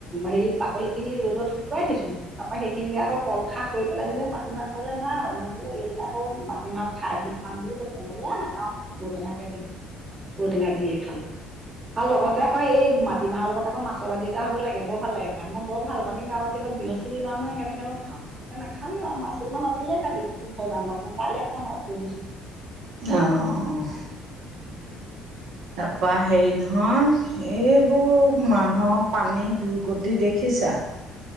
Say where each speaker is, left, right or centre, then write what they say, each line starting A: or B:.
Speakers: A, on the right; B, on the right.
A: হেৰি বাকলি খিনি ৰ'দত শুকুৱাই থৈছো। তাৰ পৰা সেইখিনিকে আকৌ কল খাৰ কৰি পেলাই যেনিবা মাটিমাহ খাবলৈ নাই আৰু। এদিন আকৌ মাটিমাহ খাৰ দি খাম বুলি কৈছে। মই বোলো নাখাও ঔ' টৈঙাকে দিম। ঔ' টেঙা দিয়ে খালো। আৰু লগতে আকৌ এই মাটিমাহৰ লগত আকৌ মাছ হ'ব লাগে বৰ ভাল লাগে খাই মই বৰ ভাল পাওঁ, আমাৰ যেকত বৃহস্পতিবাৰ নহয় কেনেকৈনো খাওঁ। সেইকাৰণে নাখালোঁ আৰু মাছ কেইটামান আছিলে কালিৰ, এই ভজাৰ মাছ কাইলে খাম আৰু থৈ দিছোঁ।
B: অ',। তাৰপৰা হেৰি নহয়, এইবোৰ মানুহৰ পানী দুৰ্গতি দেখিছা?